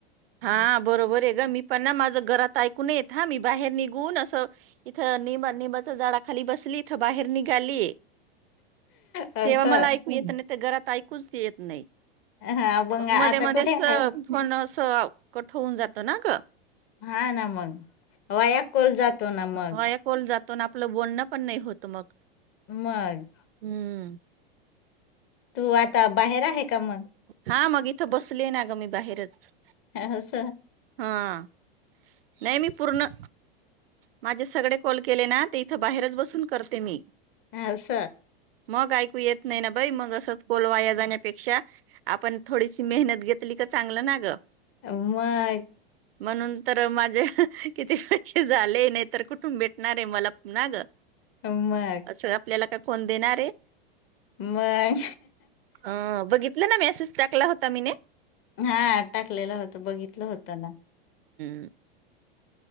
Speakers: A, on the right; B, on the left.
A: हा बरोबर आहे ग मी पण ना माझ घरात ऐकून येत नाही मी बाहेर निघून असं इथं निंबा निंबाचे झाडा खाली बसली इथं बाहेर निघा आली
B: असं
A: तेव्हा मला ऐकू येत नाही तर घरात ऐकूच येत नाही
B: हा
A: मग
B: आता
A: मध्ये मध्ये
B: कुठे
A: अस
B: आहे?
A: फोन अस कट होऊन जात ना ग
B: हा ना मग वाया कॉल जातो ना मग
A: वाया कॉल जातो आपलं बोलणं पण नाही होत मग
B: मग
A: हं.
B: तू आता बाहेर आहे का मग
A: हा मग इथं बसले ना, ग मी बाहेरच
B: अस
A: हां. नाही मी पूर्ण माझे सगळे कॉल केले ना ते इथं बाहेरच बसून करते मी
B: ह अस
A: मग ऐकू येत नाही ना बाई, मग असंच कॉल वाया जाण्यापेक्षा आपण थोडीशी मेहनत घेत ली की चांगलं ना ग
B: आ मग
A: म्हणून तर माझे किती पैशे झाले नाही तर कुठून भेटणार आहे मला ना ग
B: मग,
A: असं आपल्याला का कोण देणार आहे?
B: मग
A: अ बघितलं ना मेसेज टाकला होता मीेने
B: हा टाकलेलं होतं बघितलं होतं ना
A: <unintelligible>